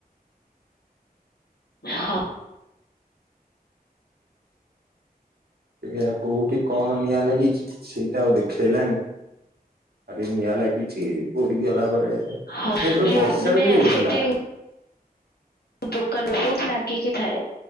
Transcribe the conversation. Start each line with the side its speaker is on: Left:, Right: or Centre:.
Left: ହଁ,
Right: ଏଆ କୋଉଠି କଣ ନିଆଁ ଲାଗିଛି ସେଇଟା ଆଉ ଦେଖେଇଲାନି। ଆରେ ନିଆ ଲାଗିଛି ପଡିଗଲା ବ ସେତେବେଳେ
Left: ହଁ ଲୋ
Right: ବର୍ଷା
Left: ମାନେ
Right: ବି ହଉଥିଲା।
Left: ସେଠି ଦୋକାନ ବହୁତ ଲାଗିକି ଥାଏ